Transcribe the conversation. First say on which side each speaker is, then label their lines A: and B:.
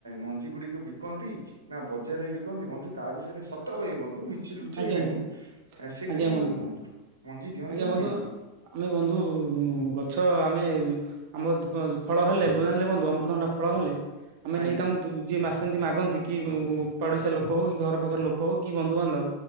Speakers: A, on the right (about 70°); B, on the right (about 45°).
A: ମଞ୍ଜି ଗୁଡ଼ିକୁ ବିକନ୍ତି ନା ବଜାରରେ ବିକନ୍ତି ବନ୍ଧୁ। ତା ବିଷୟରେ ସତ କହିବ ବ ଧୁ ମିଚି ଲୁଚେଇବେନି
B: ଆଜ୍ଞା ବ
A: ସେଇଟା
B: ଆଜ୍ଞା
A: ଟିକେ
B: ବନ୍ଧୁ
A: ମତେ କୁହନ୍ତୁ ମଞ୍ଜି ଦିଅନ୍ତି
B: ଆଜ୍ଞା
A: ନା
B: ବନ୍ଧୁ
A: ଦିଅନ୍ତିନି।
B: ଆମେ ବନ୍ଧୁ ଗଛ ଆମେ ଆମର ଦ ଫଳ ହେଲେ ହେଲେ ବନ୍ଧୁ ଅମୃତଭଣ୍ଡା ଫଳ ହେଲେ। ଆମେ
A: ଆଜ୍ଞା
B: ନେଇ ତାଙ୍କୁ ଯିଏ ମାସନ୍ତି ମାଗନ୍ତି କି ପଡ଼ିଶିଆ ଲୋକ ହଉ କି ଘର ପାଖରେ ଲୋକ ହଉ କି ବନ୍ଧୁବାନ୍ଧବ